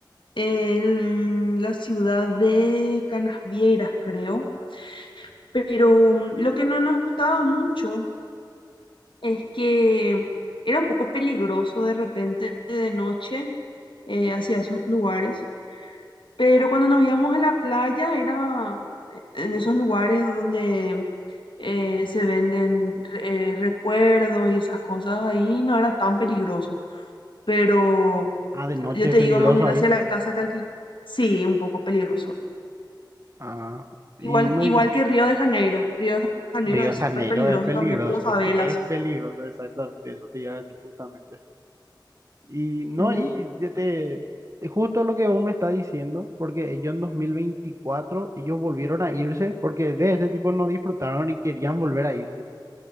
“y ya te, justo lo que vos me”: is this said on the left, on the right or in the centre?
Right